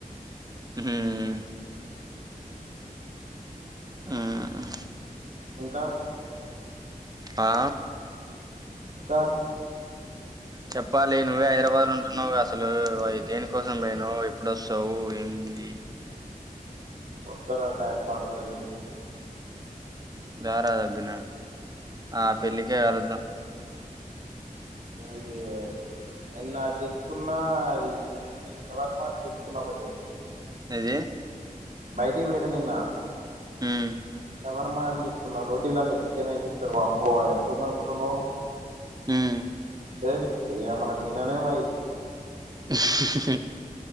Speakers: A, on the right; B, on the right.
A: హ్ హ్మ్ హ్మ్.
B: ఇంకా
A: ఆ
B: ఇంకా
A: చెప్పాలి నువ్వే హైదరాబాద్ లో ఉంటున్నావుగా అసలు దేని కోసం పోయినవ్ ఎప్పుడొస్తావు ఏం ది
B: వొత్తరా టైమ్ పడుతది
A: గారా అబ్బిన ఆ పెళ్ళికే కలుద్దాం
B: ఇది నిన్న అది తెచ్చుకున్నా అది ఎమ్లేదు షవర్మ అని తెచ్చుకున్నా ఒకటి
A: ఏంది
B: బయటికి పోయిన నిన్న
A: హ్మ్
B: షవర్మా అని తెచ్చుకున్నా రోటీలల్లో చికెన్ వేసిస్తారు వామ్మో అది ఎట్లుంది అనుకుంటున్నావు
A: హ్మ్
B: సేమ్ ఇగ మనం తినలేమయ్యు
A: హ్మ్ హు హు హు